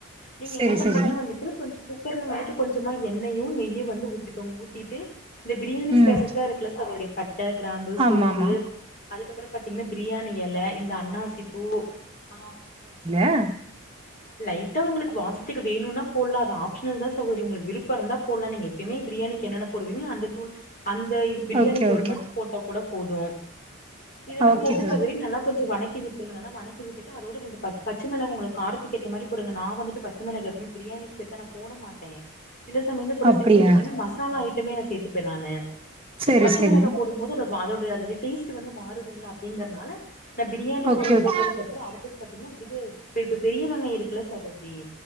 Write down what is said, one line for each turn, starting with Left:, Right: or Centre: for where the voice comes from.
Left: நீங்க
Right: செரி
Left: என்ன பண்றீங்கன்னா
Right: செரி
Left: வந்துட்டு கொஞ்ச குக்கர்ல வந்துட்டு கொஞ்ச சும்மா எண்ணயு நெய்யூ வந்து ஊத்திக்கோங்க ஊத்திட்டு இந்த பிரியாணி
Right: ம்
Left: ஸ்பைசஸ்ல இருக்குல சகோதரி பட்ட கிரா கம்பு சோம்பு
Right: ஆமா ஆமா
Left: அதுக்கப்புறோ பாத்தீங்னா பிரியாணி எல இந்த அன்னாசி பூ ஆ
Right: ஆ
Left: லைட்டா உங்களுக்கு வாசத்துக்கு வேணுனா போட்லா அது ஆப்ஷனல் தா சகோதரி உங்களுக்கு விருப்பருந்தா போட்லா நீங்க எப்பயுமே பிரியாணிக்கு என்னென்ன போடுவீங்ளோ அந்த தூள் அந்த இது பிரியாணி
Right: ஓகே
Left: பொருள்
Right: ஓகே
Left: மட்டு போட்டா கூட போது இதெல்லா
Right: ஓகே
Left: போட்டு
Right: தோழி
Left: சவரி நல்லா கொஞ்ச வணக் வணக்கி விட்டு நல்லா வணக்கி விட்டுட்டு அதோட ரெண்டு பச் பச்சமிளகு உங்களுக் காரத்துக்கேத்த மாரி <unintelligible> நா வந்துட்டு பச்ச மிளக எப்மே பிரியாணிக்கேத்த நா போட மாட்டே சில சமைய்ய போட
Right: அப்படியா
Left: சில சமய பாத்தீங்கன்னா மசால ஐட்டமே நா சேத்துப்பே நானு
Right: செரி
Left: பச்ச
Right: செரி
Left: மிளகா போடும்போது அத அதோடைய அதோடைய டேஸ்ட் வந்து மாறுதுங்களா அப்டிங்கிறதுனால நா பிரியாணி
Right: ஓகே
Left: பொருள்
Right: ஓகே
Left: போட்டதுக் கப்புறோ அடுத்தது பாத்தீங்கன்னா இது இப்ப இப்ப பெரியவங்க இருக்குல்ல சகோதரி